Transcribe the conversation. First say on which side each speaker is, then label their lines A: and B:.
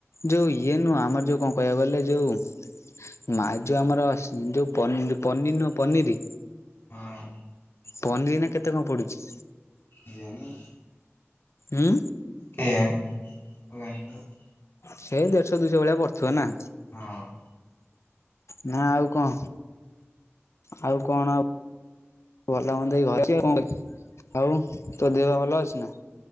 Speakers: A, on the left; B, on the left.
A: ଯୋଉ ଇଏ ନୁହଁ ଆମର ଯୋଉ କଣ କହିବାକୁ ଗଲେ ଯୋଉ ମା ଯୋଉ ଆମର ଯୋଉ ପନିର ନୁହଁ ପନିର
B: ହଁ
A: ପନିର ଏଇନା କେତେ କଣ ପଡୁଛି?
B: ଜମା
A: ହୁଁ?
B: କେଜାଣି? ତୁ ଜାଣି ଥିବୁ ।
A: ସେଇ ଦେଢଶହ ଦୁଇଶହ ଭଳିଆ ପଡିୁଥିବ ନା?
B: ହଁ ।
A: ନା ଆଉ କଣ ଆଉ କଣ ଆ ଭଲ ମନ୍ଦ ଏଇ ଘରେ ଅଛି ଆଉ କଣ କରିବି ଆଉ ତୋ ଦେହ ଭଲ ଅଛି ନା?